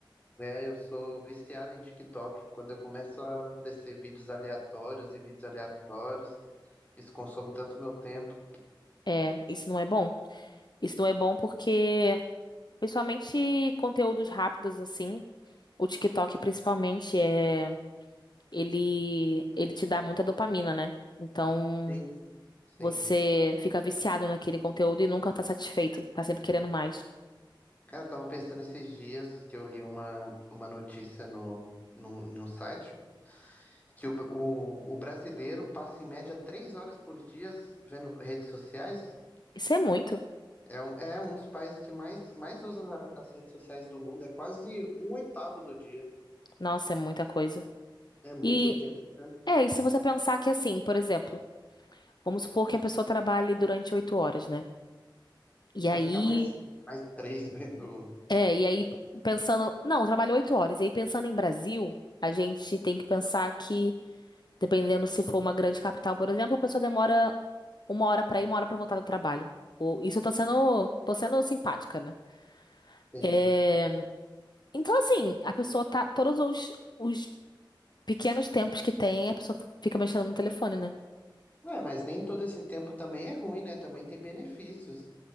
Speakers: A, on the left; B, on the left.
A: É, eu sou viciado em TikTok. Quando eu começo a descer vídeos aleatórios e vídeos aleatórios, isso consome tanto meu tempo.
B: É, isso não é bom. Isso não é bom porque principalmente conteúdos rápidos assim, o TikTok principalmente é ele ele te dá muita dopamina, né? Então
A: Sim. Sim.
B: Você fica viciado naquele conteúdo e nunca tá satisfeito, tá sempre querendo mais.
A: Cara, eu tava pensando esses dias que eu li uma, uma notícia no, no, no site que o, o, o brasileiro passa em média três horas por dia vendo redes sociais.
B: Isso é muito.
A: É um, é um dos países que mais, mais usa a- as redes sociais do mundo. É quase um oitavo do dia.
B: Nossa, é muita coisa.
A: É muito
B: E
A: tempo, né?
B: é, e se você pensar que assim, por exemplo, vamos supor que a pessoa trabalhe durante oito horas, né? E aí,
A: Vai ficar mais, <laughs> mais três vendo.
B: é, e aí pensando, não, eu trabalho oito horas. E aí pensando em Brasil, a gente tem que pensar que, dependendo se for uma grande capital, por exemplo, a pessoa demora uma hora pra ir, uma hora pra voltar do trabalho. Ou- Isso eu tô sendo, tô sendo simpática, né?
A: Sim.
B: É, Então, assim, a pessoa tá. Todos os, os pequenos tempos que tem, a pessoa fica mexendo no telefone, né?
A: Ué, mas nem todo esse tempo também é ruim, né? Também tem benefícios.